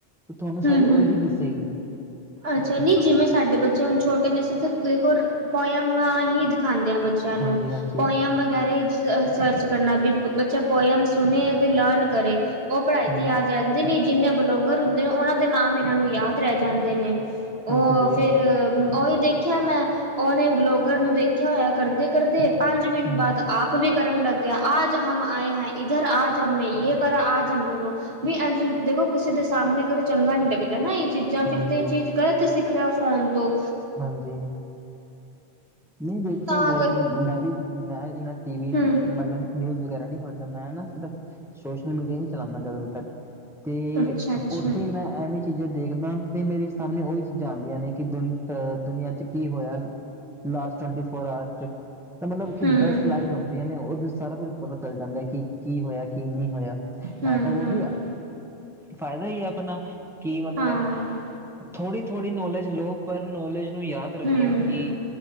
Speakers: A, in the centre; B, on the right.
A: ਤਾਂ ਤੁਹਾਨੂੰ ਸਾਰੀ
B: ਹੂੰ ਹੂੰ
A: ਉਹੀ ਦੱਸੇਗੀ।
B: ਅੱਛਾ ਨਹੀ ਜਿਵੇਂ ਸਾਡੇ ਬੱਚੇ ਹੁਣ ਛੋਟੇ ਨੇ ਸੀ ਤੇ ਦੇਖੋ ਪੋਇਮ ਹੀ ਖਾਂਦਿਆਂ ਬੱਚਿਆਂ ਨੂੰ
A: ਹਾਂਜੀ ਹਾਂਜੀ
B: ਪੋਇਮ ਵਗੈਰਾ ਹੀ, ਸਰਚ ਕਰਨਾ ਵੀ ਬੱਚਾ ਪੋਇਮ ਸੁਣੇ ਤੇ ਲਰਨ ਕਰੇ ਉਹ ਪੜ੍ਹਾਈ
A: ਹਾਂਜੀ
B: ਤੇ ਯਾਦ ਰਹਿ ਕਹਿੰਦੇ ਨੇ ਜਿੰਨੇ ਬਲੋਗਰ ਹੁੰਦੇ ਨੇ ਉਹਨਾਂ ਦੇ ਨਾਮ ਇਹਨਾਂ ਨੂੰ ਯਾਦ ਰਹਿ ਜਾਂਦੇ ਨੇ। ਉਹ
A: ਹਾਂਜੀ
B: ਫੇਰ ਉਹੀ ਦੇਖਿਆ ਮੈਂ ਉਹਨੇ ਵਲੋਗਰ ਨੂੰ ਦੇਖਿਆ ਹੋਇਆ ਕਰਦੇ, ਕਰਦੇ ਪੰਜ ਮਿੰਟ
A: ਇਹ ਹੂੰ
B: ਬਾਦ ਆਪ ਤੁਵੀ ਕਰਨ ਲੱਗ ਗਿਆ, ਆਜ ਹਮ ਆਏ ਹੈ ਇਧਰ ਆਜ ਹਮ ਨੇ ਯੇ ਕਰਾ, ਆਜ ਹਮ ਨੇ ਵੋ ਵੀ ਅੱਜ ਦੇਗੋ ਕਿਸੇ ਦੇ ਸਾਹਮਣੇ ਕਰੋ ਚੰਗਾ ਨੀ ਲੱਗਦਾ ਨਾ ਏਹ ਚੀਜ਼ਾਂ, ਫਿਰ
A: ਹਾਂਜੀ
B: ਤਾਂ ਏਹ ਚੀਜ਼ ਗ਼ਲਤ ਸਿੱਖ ਰਿਆ ਫੋਨ ਤੋਂ।
A: ਹਾਂਜੀ ਨਹੀਂ ਦੇਖਿਆ
B: ਤਾਂ
A: ਜਾਏ
B: ਕਰ
A: ਤੇ ਮੈਂ ਵੀ ਮੈਂ ਏਨਾਂ ਟੀ ਵੀ ਮਤਲਬ
B: ਹੂੰ
A: ਨਿਊਜ਼ ਵਗੈਰਾ ਨੀ ਪੜ੍ਹਦਾ ਮੈਂ ਨਾ ਸਿਰਫ, ਸੋਸ਼ਲ ਮੀਡੀਆ ਈ ਚਲਾਂਣਾ ਜ਼ਿਆਦਾਤਰ ਤੇ। ਤੇ
B: ਅੱਛਾ ਅੱਛਾ
A: ਓੱਥੇ ਮੈਂ ਐਵੇਂ ਚੀਜ਼ਾਂ ਦੇਖਦਾਂ ਤੇ ਮੇਰੇ ਸਾਹਮਣੇ ਉਹੀ ਚੀਜ਼ਾਂ ਆੱਦੀਆਂ ਨੇ, ਕਿ ਦੁਨ ਅਹ ਦੁਨੀਆਂ ਚ ਕੀ ਹੋਇਆ। ਲਾਸਟ ਟਵਂਟੀ ਫੌਰ ਅਵਰ ਚ, ਤੇ ਮਤਲਬ ਕਿਦਾਂ
B: ਹੂੰ ਹੂੰ
A: ਸਲਾਈਡ ਹੋਂਣ ਤੇ ਐਨੇ ਹੋਰ ਕੁਛ ਸਾਰਾ ਕੁਛ ਪਤਾ ਚੱਲ ਜਾਂਦੈ ਕਿ, ਕੀ ਹੋਇਆ ਕੀ ਨੀ ਹੋਇਆ
B: ਹੂੰ
A: ਹੈ ਤਾਂ ਓਹ
B: ਹੂੰ
A: ਵੀ ਫਾਇਦਾ ਹੀ ਐ ਆਪਣਾ ਕਿ ਮਤਲਬ
B: ਹਾਂ
A: ਥੋੜ੍ਹੀ-ਥੋੜ੍ਹੀ ਨੋਲੇਜ ਲਓ, ਪਰ ਨੋਲੇਜ ਨੂੰ ਯਾਦ ਰੱਖੋ
B: ਹੂੰ
A: ਕਿ